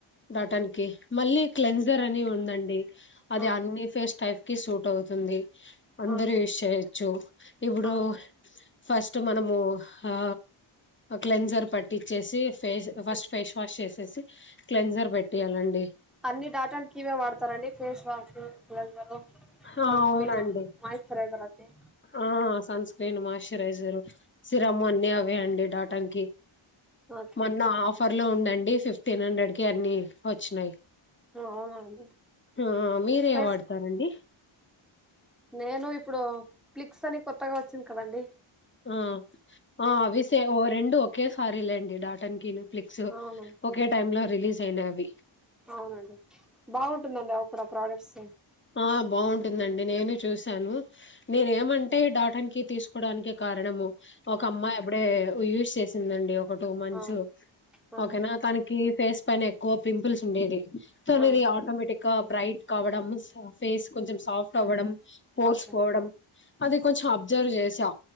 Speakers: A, on the left; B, in the centre.
A: దాటానికి మళ్ళీ క్లెన్జర్ అని ఉందండి అది
B: ఆ,
A: అన్ని ఫేస్ టైప్ కి సూట్ అవుతుంది అందరు
B: ఓకే
A: విషయ హచ్చు ఇప్పుడు
B: ఆ,
A: ఫస్ట్ మనము ఆ క్లెన్జర్ పట్టిచ్చేసి ఫేస్ ఫస్ట్
B: ఉమ్.
A: ఫేస్ వాష్ చేసేసి క్లెన్జర్ పెట్టేయాలండి
B: అన్ని దాటనికినికి ఇవే వాడతారండి ఫేస్ వాష్లైజర్
A: ఆ
B: సన్ స్క్రీన్
A: అవునండి
B: మాయిశ్చరైజర్ అన్ని
A: ఆ సన్ స్క్రీన్ మాశ్చరైజరు సిరమ్ అన్ని అవే అండి డాటన్కి
B: ఓకే
A: మొన్న ఆఫర్ లో ఉందం అడి ఫిఫ్టీన్ హండ్రెడ్ కి అన్ని వచ్చినయి
B: ఆ, అవునా అండి
A: ఆ మీరేం
B: ఫేస్
A: వాడతారండి
B: నేను ఇప్ ఇప్పుడు ఫ్లిక్స్ అని కొత్తగా వచ్చింది కదండి
A: ఉం ఆ అ విసే ఓ రెండు ఒకేసారి లేండి డాటన్కిను ఫ్లిక్స్
B: అవును
A: ఒకే టైం లో రిలీజ్ అయినవి
B: అవునండి బాగుంటుందండి అవి కూడా ప్రోడక్ట్స్
A: ఆ బాగుంటుందండి నేను చూసాను నేను ఏమంటే డాటన్కి తీసుకోవడానికి కారణము ఒక అమ్మా అపుడే యూజ్ చేసిందండి ఒక టూ మంత్స్
B: ఆ ఆ
A: ఓకేనా తనకి ఫేస్ పైన ఎక్కువ పింపుల్స్ ఉండేది తమిది
B: ఆ
A: ఆటోమేటిక్ కా బ్రైట్ కావడం సా ఫేస్ కొంచెం సాఫ్ట్ అవ్వడం పోర్సుపోవడం
B: ఓకే
A: అది కొంచెం అబ్జర్వ్ చేసా